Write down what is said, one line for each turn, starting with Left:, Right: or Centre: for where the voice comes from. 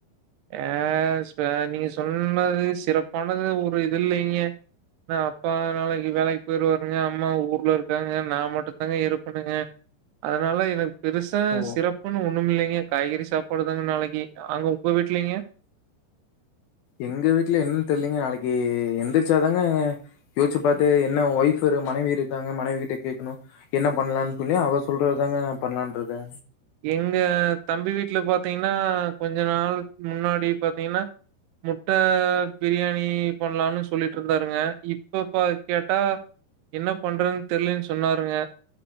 Right: ஆ இப்ப நீங்க சொன்னது சிறப்பானது ஒரு இதுல்லிங்க. அ அப்பா நாளைக்கி வேலைக்கி பொய்ருவாருங்க அம்மா ஊர்ல இருக்காங்க நா மட்டும் தாங்க இருக்குணுங்க அதனால எனக் பெருசா
Left: ஓ
Right: சிறப்புன்னு ஒண்ணுமில்லைங்க காய்கறி சாப்பாடு இதங்க நாளைக்கி அங்க உங்க வீட்லிங்க
Left: எங்க வீட்ல என்னன் தெர்லீங்க நாளிக்கு எந்துர்ச்சாதாங்க யோச்சு பாத்து என்ன ஒய்ஃப் இரு மனைவி இருக்காங்க மனைவி கிட்ட கேக்கணு என்ன பண்லான்னு சொல்லி அவ சொல்றதாங்க நா பண்லான்றுக்கே
Right: எங்க தம்பி வீட்ல பாத்தீங்னா கொஞ்சோ நாளுக்கு முன்னாடி பாத்தீங்கனா, முட்ட ப்ரியாணி பண்லானு சொல்லிட்ருந்தாருங்க. இப்பப்ப கேட்டா என்ன பண்றதுன் தெர்லைனு சொன்னாருங்க.